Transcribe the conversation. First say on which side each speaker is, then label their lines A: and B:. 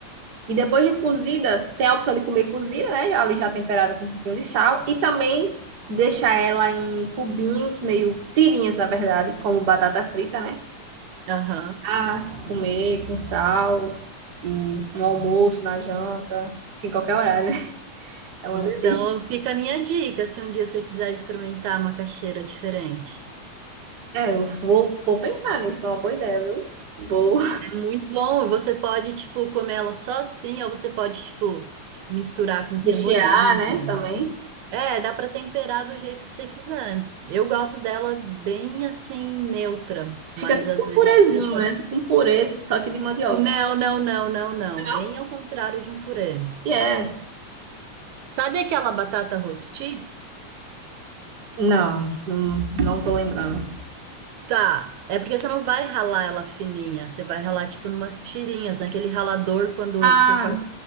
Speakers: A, on the right (about 45°); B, on the right (about 75°).
A: E depois de cozida, tem a opção de comer cozida, né? Ali já temperada com um pouquinho de sal. E também deixar ela em cubinhos, meio tirinhas, na verdade, como batata frita, né?
B: aham.
A: Ah, comer com sal e no almoço, na janta, enfim, qualquer horário, né? É uma
B: Então
A: delícia.
B: fica a minha dica, se um dia você quiser experimentar a macaxeira diferente.
A: É, eu vou, vou pensar nisso, foi uma boa ideia, viu? Vou
B: É muito bom. E você pode, tipo, comer ela só assim, ou você pode, tipo, misturar
A: <laughs>
B: com cebolinha.
A: rechear, né, também.
B: É, dá pra temperar do jeito que você quiser. Eu gosto dela bem assim, neutra,
A: Fica
B: mas
A: tipo
B: às vezes
A: um purezinho,
B: você pode.
A: né? Tipo um purê, só que de mandioca.
B: Não, não, não, não, não.
A: Não?
B: Bem ao contrário de um purê.
A: E é.
B: Sabe aquela batata rosti?
A: Não, não, não tô lembrando.
B: Tá. É porque você não vai ralar ela fininha. Você vai ralar, tipo, numas tirinhas, naquele ralador quando
A: Ah,
B: você corta